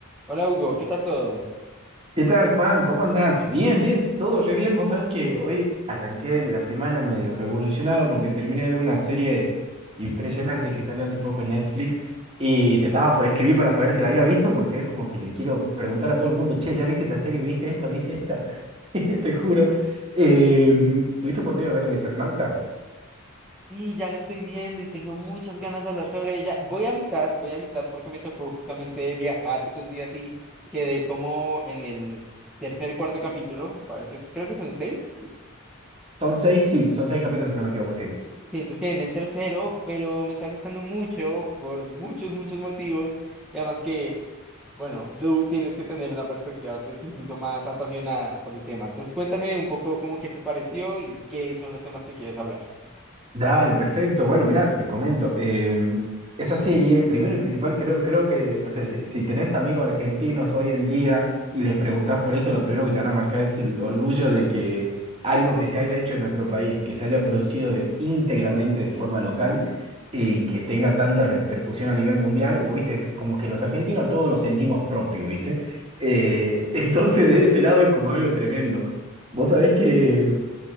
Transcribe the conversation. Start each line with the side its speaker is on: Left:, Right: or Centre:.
Centre: Hola Hugo, ¿qué tal todo?
Right: ¿Qué tal, Juan? ¿Cómo andás? Bien, bien, todo re bien. Vos sabés que hoy arranqué la semana medio revolucionado porque terminé de ver una serie impresionante que salió hace poco en Netflix y te estaba por escribir para saber si la había visto porque es como que le quiero preguntar a todo el mundo, che, ¿ya viste esta serie? ¿Viste esta? ¿Viste esta? <laughs> Te juro. Eh, ¿tuviste oportunidad de ver El Eternauta?
Centre: Sí, ya la estoy viendo y tengo muchas ganas de hablar sobre ella. Voy a mitad, voy a mitad porque me tocó justamente viajar estos días y quedé como en el tercer, cuarto capítulo, para que- creo que son seis.
Right: Son seis, sí, son seis capítulos si no me equivoco, sí.
Centre: Sí, entonces quedé en el tercero, pero me está gustando mucho por muchos, muchos motivos. Y además que, bueno, tú tienes que tener una perspectiva, creo que incluso más apasionada por el tema. Entonces cuéntame un poco cómo que te pareció y qué son los temas que quieres hablar.
Right: Dale, perfecto. Bueno, mira, te comento. eh, esa serie, primero y principal, creo, creo que, no sé, si, si tenés amigos argentinos hoy en día y les preguntás por esto, lo primero que te van a marcar es el orgullo de que algo que se haya hecho en nuestro país, que se haya producido de- íntegramente de forma local y que tenga tanta repercusión a nivel mundial, vos viste, como que los argentinos todos lo sentimos propio, ¿viste? Eh, <laughs> entonces, de ese lado es como algo tremendo. Vos sabés que